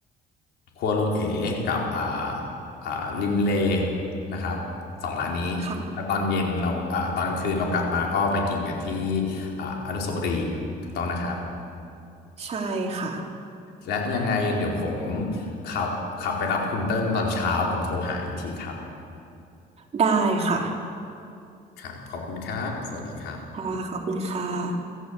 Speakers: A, on the left; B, on the right.
A: ครัวลุงเอ๋กับอ่าอ่าริมเลนะครับสองร้านนี้แล้วตอนเย็นเราอ่าตอนกลางคืนเรากลับมาก็ไปกินกันที่
B: ค่ะ
A: อ่าอนุสาวรีย์ถูกต้องนะครับ
B: ใช่ค่ะ
A: และยังไงเดี๋ยวผมขับขับไปรับคุณเติ้ลตอนเช้าผมโทรหาอีกทีครับ
B: ได้ค่ะ
A: ครับขอบคุณครับสวัสดีครับ
B: ค่ะขอบคุณค่ะ